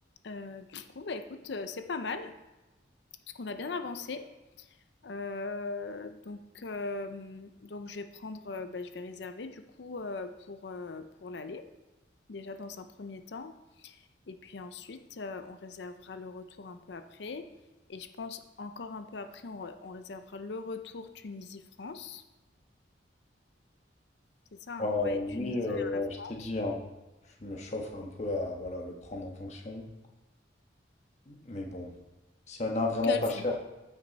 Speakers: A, on the left (about 75°); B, on the left (about 40°).
A: Euh, du coup, bah écoute, euh, c'est pas mal, parce qu'on a bien avancé. Euh, donc, euh, donc je vais prendre, euh, bah, je vais réserver du coup euh, pour, euh, pour l'aller. déjà dans un premier temps. Et puis ensuite, euh, on réservera le retour un peu après. Et je pense encore un peu après, on, on réservera le retour Tunisie-France. C'est ça,
B: Ouais,
A: hein Ouais, Tunisie
B: lui, euh,
A: vers
B: ouais,
A: la France.
B: je t'ai dit, hein, je me chauffe un peu à voilà, le prendre en fonction. Mais bon, s'il y en a un vraiment
A: quel
B: pas
A: font
B: cher,